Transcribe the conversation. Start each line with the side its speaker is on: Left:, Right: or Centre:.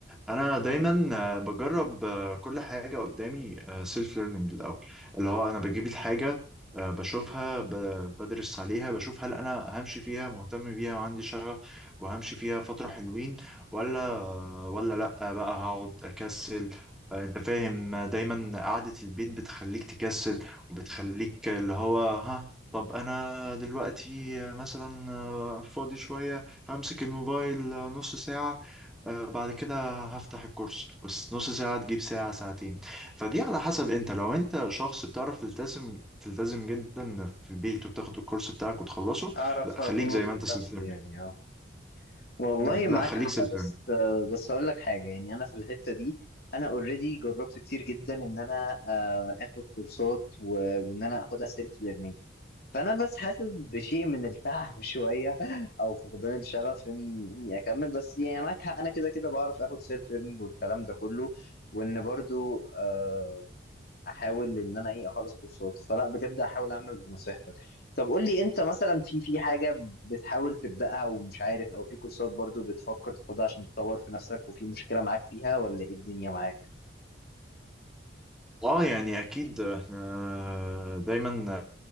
Centre: انا دايما آه، بجرب آه، كل حاجه قدامي سيلف ليرنينج الاول اللي هو انا بجيب الحاجه آه، بشوفها ب- بدرس عليها بشوف هل انا همشي فيها مهتم بيها وعندي شغف وهمشي فيها فتره حلوين ولا ولا لا بقى هقعد اكسل آه، انت فاهم آه، دايما قعدة البيت بتخليك تكسل وبتخليك اللي هو ها طب انا دلوقتي مثلا آه، فاضي شوية همسك الموبايل آه، نص ساعة آه، بعد كده هفتح الكورس بس نص ساعة تجيب ساعة ساعتين فدي على حسب انت لو انت شخص بتعرف تلتزم تلتزم جدا في البيت وبتاخد الكورس بتاعك وتخلصه
Left: اعرف
Centre: لا
Left: اكون
Centre: خليك زي
Left: اظبط
Centre: ما انت
Left: نفسي
Centre: سيلف ليرنينج
Left: يعني اه والله
Centre: لا
Left: معاك
Centre: خليك
Left: حق
Centre: سيلف
Left: بس بس اقول لك حاجه يعني انا في الحته دي انا اوريدي جربت كتير جدا ان انا آه، اخد كورسات و- وان انا اخدها سيلف ليرنينج فانا بس حاسس بشيء من التعب <laughs> شويه او فقدان الشغف اني اني اكمل بس يعني معاك حق انا كده كده بعرف اخد سيلف ليرنينج والكلام ده كله وان برضو آه، احاول ان انا ايه اخلص كورسات فلا بجد احاول اعمل بنصيحتك طب قول لي انت مثلا في في حاجه بتحاول تبداها ومش عارف او في كورسات برضو بتفكر تاخدها عشان تطور في نفسك وفي مشكله معاك فيها ولا ايه الدنيا معاك
Centre: اه يعني اكيد احنا دايما